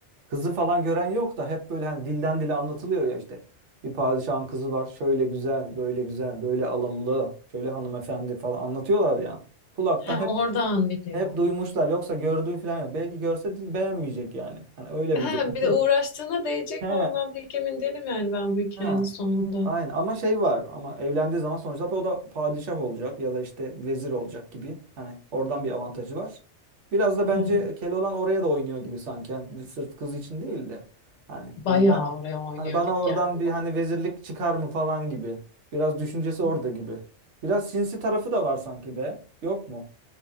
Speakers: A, on the right (about 75°); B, on the left (about 70°).
A: kızı falan gören yok da hep böyle hani dilden dile anlatılıyor ya işte. Bir padişahın kızı var. Şöyle güzel, böyle güzel, böyle alımlı, şöyle hanımefendi falan anlatıyorlar ya. Kulaktan
B: Ha
A: hep
B: oradan biliyor.
A: hep duymuşlar yoksa gördüğü falan yok. Belki görse de beğenmeyecek yani. Hani öyle
B: Ha
A: bir durum.
B: bir de uğraştığına değecek
A: <laughs> He.
B: mi ondan pek emin değilim yani ben bu hikayenin
A: Ha.
B: sonunda.
A: Aynen ama şey var ama evlendiği zaman sonuçta o da padişah olacak ya da işte vezir olacak gibi. Hani oradan bir avantajı var. Biraz da bence
B: Hı,
A: Keloğlan oraya da oynuyor gibi sanki. Yani sırf kız için değil de. Hani
B: bayağı
A: hani ben
B: oraya oynuyor
A: hani bana
B: gibi
A: oradan
B: geldi
A: bir
B: bana.
A: hani vezirlik çıkar mı falan gibi. Biraz düşüncesi
B: Hı.
A: orada gibi. Biraz sinsi tarafı da var sanki be. Yok mu?